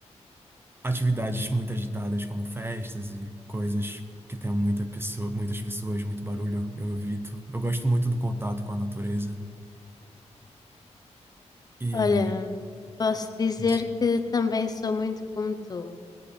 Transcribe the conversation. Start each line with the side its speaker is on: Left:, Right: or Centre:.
Right: atividades muito agitadas como festas e coisas que tenham muita pessoa, muitas pessoas, muito barulho. Eu evito. Eu gosto muito do contato com a natureza e
Left: Olha, posso dizer
Right: é isso.
Left: que também sou muito como tu.